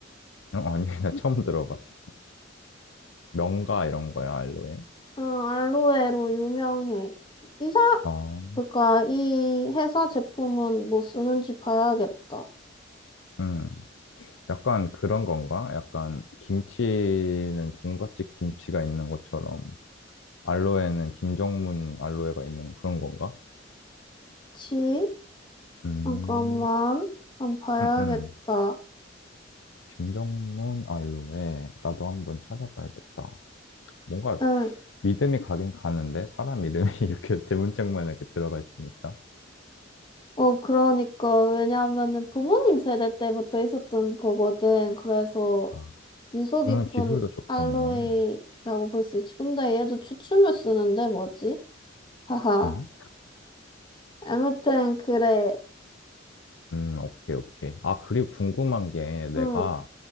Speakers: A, on the left (about 70°); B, on the left (about 25°).
A: 어, 아니, <laughs> 나 처음 들어봤어. 명가 이런 거야, 알로에?
B: 응, 알로에로 유명해. 이사
A: 아,
B: 그니까 이 회사 제품은 뭐 쓰는지 봐야겠다.
A: 음. 약간 그런 건가? 약간 김치는 종갓집 김치가 있는 것처럼 알로에는 김정문 알로에가 있는 그런 건가?
B: 그치?
A: 음,
B: 잠깐만, 한번 봐야겠다.
A: 음, 음. 김정문 알로에. 나도 한번 찾아봐야겠다. 뭔가
B: 응.
A: 믿음이 가긴 가는데 사람 이름이 <laughs> 이렇게 대문짝만 이렇게 들어가 있으니까.
B: 어, 그러니까, 왜냐하면은 부모님 세대 때부터 있었던 거거든. 그래서
A: 아,
B: 유서
A: 그러면
B: 깊은
A: 기술도 좋겠네.
B: 알로이라고 볼 수 있지. 근데 얘도 추춤을 쓰는데 뭐지? 하하.
A: 응?
B: 아무튼, 그래.
A: 음, 오케이, 오케이. 아, 그리고 궁금한 게 내가
B: 응.